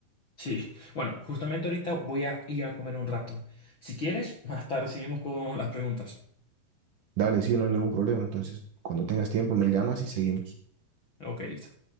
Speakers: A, on the left; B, on the right.
A: Sí, bueno, justamente ahorita voy a ir a comer un rato. Si quieres, más tarde seguimos con las preguntas.
B: Dale, sí, no hay ningún problema. Entonces, cuando tengas tiempo, me llamas y seguimos.
A: Ok, listo.